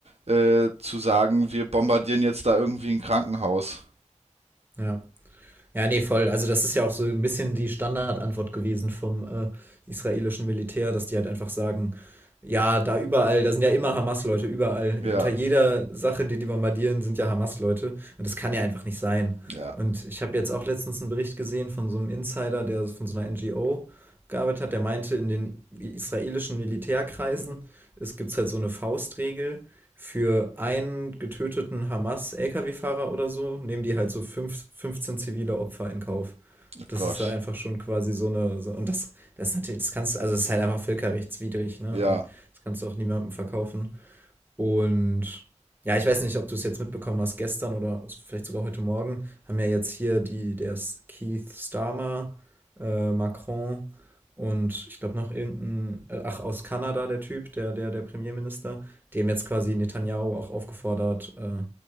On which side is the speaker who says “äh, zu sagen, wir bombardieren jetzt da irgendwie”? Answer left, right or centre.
Right